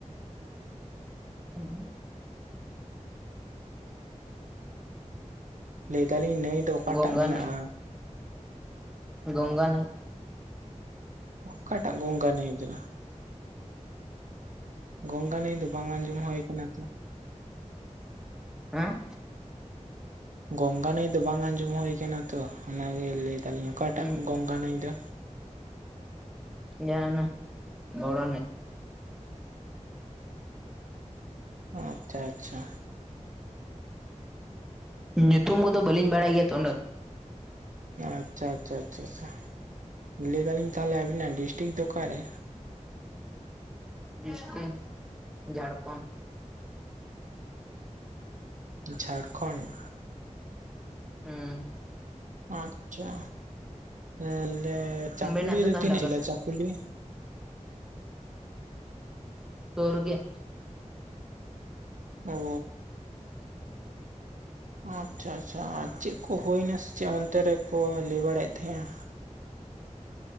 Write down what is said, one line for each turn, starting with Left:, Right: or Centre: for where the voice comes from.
Centre: <inaudible>
Right: ᱞᱟᱹᱭ ᱫᱟᱞᱤᱧ ᱱᱟᱹᱭ ᱫᱚ ᱚᱠᱟᱴᱟᱜ
Centre: ᱜᱚᱝᱜᱟ
Right: ᱢᱮᱱᱟᱜ-ᱟ?
Centre: ᱵᱚᱝᱜᱟ ᱱᱟᱹᱭ᱾
Right: ᱚᱠᱟᱴᱟᱜ ᱜᱚᱝᱜᱟ ᱱᱟᱹᱭ ᱫᱚ? ᱜᱚᱝᱜᱟ ᱱᱟᱹᱭ ᱫᱚ ᱵᱟᱝ ᱟᱸᱡᱚᱢ ᱦᱩᱭ ᱟᱠᱟᱱᱟ ᱛᱚ᱾
Centre: ᱦᱮᱸ?
Right: ᱜᱚᱝᱜᱟ ᱱᱟᱹᱭ ᱫᱚ ᱵᱟᱝ ᱟᱸᱡᱚᱢ ᱦᱩᱭᱩ ᱠᱟᱱᱟ ᱛᱚ, ᱚᱱᱟ ᱜᱮ ᱞᱟᱹᱭ ᱫᱟᱹᱞᱤᱧ ᱚᱠᱟᱴᱟᱜ
Centre: ᱦᱮᱸ
Right: ᱜᱚᱝᱜᱟ ᱱᱟᱹᱭ ᱫᱚ?
Centre: ᱡᱟᱦᱟᱸᱱᱟᱜ ᱵᱚᱲᱚ ᱱᱟᱹᱭ᱾
Right: ᱚ ᱟᱪᱪᱷᱟ ᱟᱪᱪᱷᱟ᱾
Centre: ᱧᱩᱛᱩᱢ ᱠᱚᱫᱚ ᱵᱟᱹᱞᱤᱧ ᱵᱟᱲᱟᱭ ᱜᱮᱭᱟ ᱛᱚ ᱩᱱᱟᱹᱜ᱾
Right: ᱟᱪᱪᱷᱟ ᱟᱪᱪᱷᱟ ᱟᱪᱪᱷᱟ ᱟᱪᱪᱷᱟ᱾ ᱞᱟᱹᱭ ᱫᱟᱹᱞᱤᱧ ᱛᱟᱦᱚᱞᱮ ᱟᱵᱤᱱᱟᱜ ᱰᱤᱥᱴᱤᱠ ᱫᱚ ᱚᱠᱟᱨᱮ?
Centre: ᱰᱤᱥᱴᱤᱠ ᱡᱷᱟᱲᱠᱷᱚᱱᱰ᱾
Right: ᱡᱷᱟᱲᱠᱷᱚᱱᱰ?
Centre: ᱦᱩᱸ᱾
Right: ᱟᱪᱪᱷᱟ, ᱦᱮ ᱞᱮ ᱪᱟᱠᱩᱞᱤᱭᱟ
Centre: ᱚᱸᱰᱮᱱᱟᱜ
Right: ᱫᱚ
Centre: ᱛᱟᱦᱚᱞᱮ
Right: ᱛᱤᱱᱟᱹᱜ
Centre: ᱚᱠᱟᱥᱮᱫ
Right: ᱡᱷᱟᱹᱞ ᱪᱟᱠ ᱠᱩᱞᱤᱭᱟ?
Centre: ᱥᱩᱨ ᱜᱮ ᱾
Right: ᱚ ᱾ ᱟᱪᱪᱷᱟ ᱟᱪᱪᱷᱟ, ᱟᱨ ᱪᱮᱫ ᱠᱚ ᱦᱩᱭᱱᱟ ᱥᱮ ᱪᱮᱫ ᱚᱱᱛᱮ ᱨᱮᱠᱚ ᱞᱟᱹᱭ ᱵᱟᱲᱟᱭᱮᱫ ᱛᱟᱦᱮᱸ-ᱟ?